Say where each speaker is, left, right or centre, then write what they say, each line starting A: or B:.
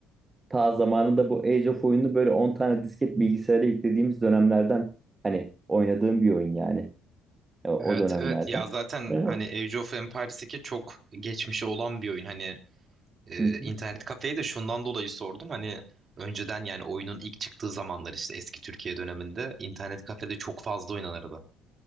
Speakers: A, on the right; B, on the right.
A: ta zamanında bu Age of oyunu böyle 10 tane disket bilgisayara yüklediğimiz dönemlerden hani oynadığım bir oyun yani o, o
B: Evet
A: dönemlerde.
B: evet ya zaten
A: Hı hı.
B: hani Age of Empires 2 çok geçmişi olan bir oyun hani Ee,
A: Hı hı.
B: internet kafeyi de şundan dolayı sordum. Hani önceden yani oyunun ilk çıktığı zamanlar işte eski Türkiye döneminde internet kafede çok fazla oynanırdı.